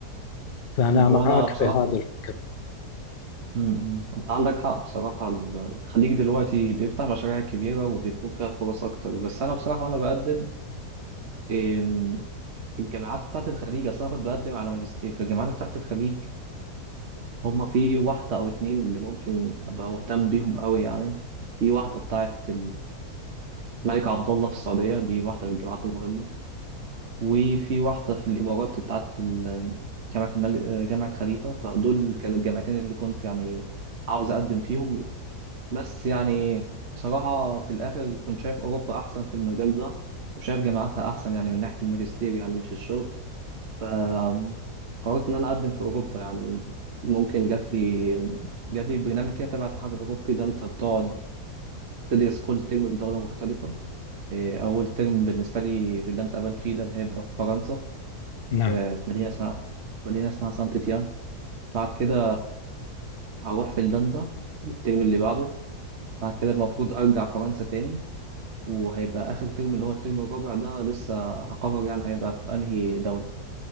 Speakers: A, on the left (about 55°); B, on the right (about 50°).
A: فانا
B: هو
A: معاك
B: أنا بصراحة
A: في هذا الفكر
B: م-م. أنت عندك حق بصراحة ال- الخليج دلوقتي بيفتح مشاريع كبيرة وبيكون فيها فرص أكتر بس أنا بصراحة وأنا بقدم إم، الجامعات بتاعت الخليج أصل أنا كنت بقدم على ماجستير فالجامعات بتاعت الخليج هما في واحدة أو اتنين اللي ممكن أبقى مهتم بيهم أوي يعني في واحدة بتاعت الملك عبد الله في السعودية دي واحدة من الجامعات المهمة وفي واحدة في الإمارات بتاعت ال- جامعة الملك جامعة خليفة فدول كانوا الجامعتين اللي كنت يعني عاوز أقدم فيهم بس يعني بصراحة في الآخر كنت شايف أوروبا أحسن في المجال ده وشايف جامعاتها أحسن يعني من ناحية الماجستير يعني مش الشغل فقررت إن أنا أقدم في أوروبا يعني ممكن جات لي جات لي برنامج كده تبع الاتحاد الأوروبي ده أنت بتقعد تدرس كل ترم في دولة مختلفة إيه، أول ترم بالنسبة لي في اللي أنا اتقابلت فيه ده هيبقى في فرنسا
A: نعم
B: في مدينة اسمها مدينة اسمها سانت تيان بعد كده هروح فنلندا الترم اللي بعده بعد كده المفروض أرجع فرنسا تاني وهيبقى آخر ترم اللي هو الترم الرابع ده لسه هقرر يعني هيبقى في أنهي دولة